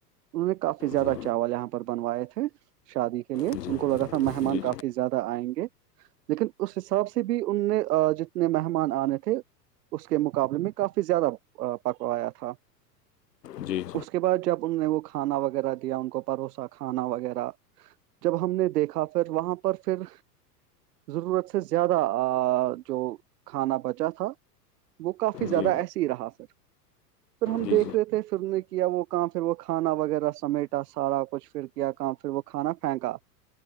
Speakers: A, on the right (about 75°); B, on the left (about 75°).
A: انہوں نے کافی زیادہ
B: جی
A: چاول یہاں پر بنوائے تھے شادی لیے
B: جی جی
A: ان کو لگا تھا مہمان کافی
B: جی جی
A: زیادہ آئیں گے لیکن اس حساب سے بھی ان نے جتنے مہمان آنے تھے اس کے مقابلے میں کافی زیادہ پکوایا تھا
B: جی
A: اس کے بعد جب ان نے وہ کھانا وغیرہ دیا ان کو پروسا کھانا وغیرہ جب ہم نے دیکھا پھر وہاں پر پھر ضرورت سے زیادہ ا جو کھانا بچا تھا وہ کافی زیادہ
B: جی
A: ایسے ہی رہا پھر پھر ہم
B: جی
A: دیکھ رہے تھے سب نے کیا وہ کام پھر وہ کھانا وغیرہ سمیٹا سارا کچھ پھر کیا کام پھر وہ کھانا پھینکا